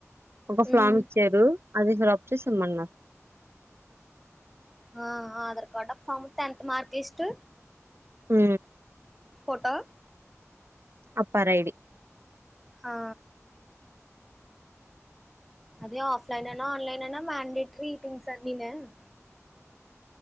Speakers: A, on the right; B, in the centre.
A: ఉ ఒక ఫ్లామ్
B: ఉమ్
A: ఇచ్చారు అది ఫిల్ అప్ చేసి ఇమ్మన్నార్
B: ఆ ఆ ఆధార్ కార్డ్ ఆ ఫామ్ త్ టెన్త్ మార్క్ లిస్ట్ ఊ
A: ఊ
B: ఫోటో
A: అపార్ ఐడి
B: హా అది ఆఫ్లైన్ అయినా ఆన్లైన్ అయినా మాండేటరీ థింగ్స్ అన్నీను <inaudible>